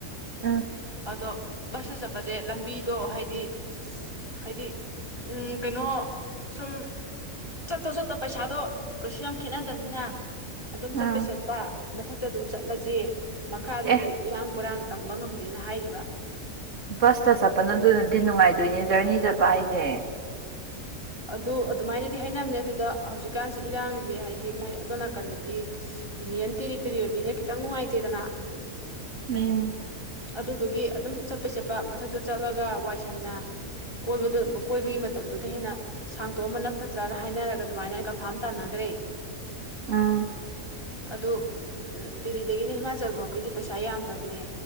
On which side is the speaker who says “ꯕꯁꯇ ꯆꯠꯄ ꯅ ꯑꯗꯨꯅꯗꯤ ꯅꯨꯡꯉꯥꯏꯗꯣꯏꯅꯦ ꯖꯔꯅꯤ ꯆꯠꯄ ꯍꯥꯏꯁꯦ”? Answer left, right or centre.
Right